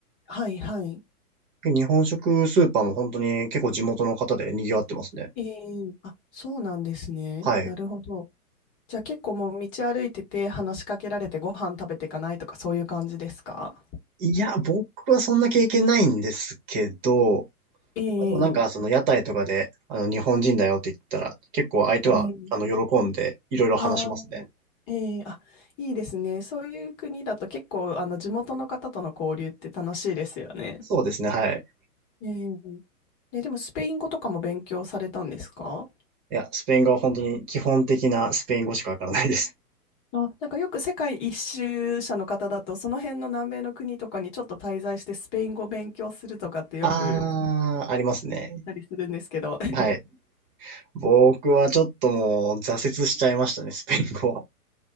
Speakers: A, on the left; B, on the right.
A: はいはい。
B: で日本食スーパーも本当に結構地元の方で賑わってますね。
A: ええあ、そうなんですね。
B: はい。
A: なるほど。じゃあ結構もう道歩いてて話しかけられてご飯食べていかないとかそういう感じですか
B: いや、僕はそんな経験ないんですけど、
A: ええ
B: まあ、でもなんかその屋台とかで、あの日本人だよって言ったら、結構相手はあの喜んでいろいろ話しますね。
A: ええあーええあ、いいですね。そういう国だと結構、あの、地元の方との交流って楽しいですよね。
B: そうですね、はい。
A: えええ、でも、スペイン語とかも勉強されたんですか
B: いや、スペイン語は本当に基本的なスペイン語しかわからないです。
A: あ、なんかよく世界一周者の方だと、その辺の南米の国とかにちょっと滞在してスペイン語を勉強するとかってよく
B: あー、ありますね。
A: 言ったりするんですけど、<laughs>
B: はい。僕はちょっともう挫折しちゃいましたね、スペイン語は。